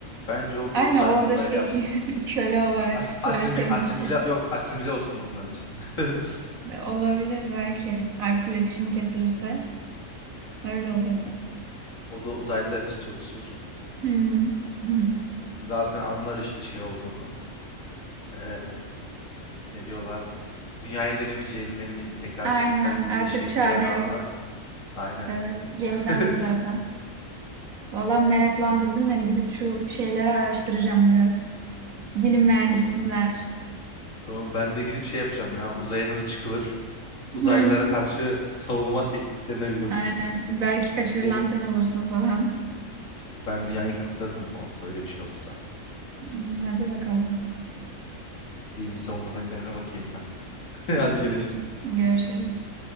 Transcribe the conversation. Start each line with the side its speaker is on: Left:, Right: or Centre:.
Left: Bence onu
Right: Aynen
Left: da uzay,
Right: orada
Left: uzaylı
Right: şey
Left: yapsınlar.
Right: <laughs> köle olarak
Left: As
Right: tuvalet
Left: asimil
Right: temizletiyor.
Left: asimile yok asimile olsun onlar için. <laughs>
Right: Olabilir belki. Artık iletişim kesilirse öyle olurdu.
Left: O da uzaylılar için çalışır.
Right: Hmm. <laughs>
Left: Zaten anlar işte şey olduğunu. Ee, ne diyorlar? Dünyaya dönemeyeceğini ne bileyim tekrar
Right: Aynen
Left: bir insan gibi
Right: artık
Left: yaşayamayacağını
Right: çare yok.
Left: anlar. Aynen.
Right: Evet gemiden
Left: <laughs>
Right: de zaten. Valla meraklandırdın beni gidip şu şeyleri araştıracağım biraz. Bilinmeyen
Left: Tamam.
Right: cisimler.
Left: Tamam ben de gidip şey yapacağım ya. Uzaya nasıl çıkılır? Uzaylılara
Right: Hmm,
Left: karşı savunma tekniklerine bir bakayım.
Right: aynen belki kaçırılan
Left: Ben,
Right: sen olursun falan.
Left: ben dünyayı kurtarırım o, öyle bir şey olursa.
Right: Hmm, hadi bakalım.
Left: Gideyim bir savunma taktiklerine bakayım ben. <laughs> Hadi
Right: Okey
Left: görüşürüz.
Right: görüşürüz.